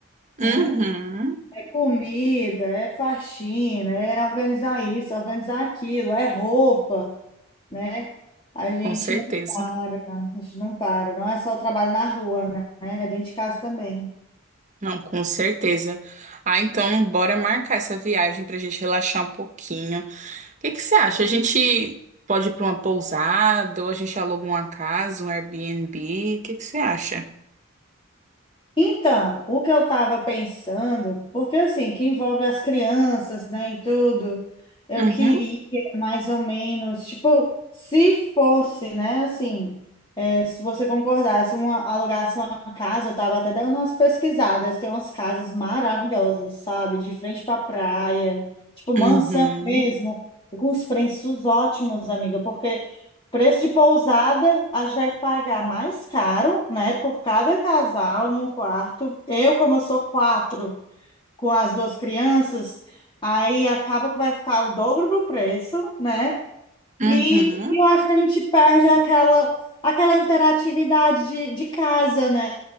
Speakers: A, on the left (about 25°); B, on the right (about 35°).
A: né?
B: Uhum.
A: É comida, é faxina, é organizar isso, organizar aquilo, é roupa, né? A gente
B: Com certeza.
A: não para, a gente não para. Não é só o trabalho na rua, né? É dentro de casa também.
B: Não, com certeza. Ah, então bora marcar essa viagem pra gente relaxar um pouquinho. O que que você acha? A gente pode ir pra uma pousada ou a gente aluga uma casa, um Airbnb? O que que você acha?
A: Então, o que eu estava pensando, porque assim, que envolve as crianças, né, e tudo, eu
B: Uhum.
A: queria mais ou menos, tipo, se fosse, né, assim, é, se você concordasse, uma, alugasse uma casa, eu estava até dando umas pesquisadas, tem umas casas maravilhosas, sabe, de frente para praia, tipo, mansão
B: Uhum.
A: mesmo, e com os preços ótimos, amiga, porque Preço de pousada, a gente vai pagar mais caro, né, por cada casal num quarto. Eu, como eu sou quatro com as duas crianças, aí acaba que vai ficar o dobro do preço, né?
B: Uhum.
A: E, e eu acho que a gente perde aquela, aquela interatividade de, de casa, né?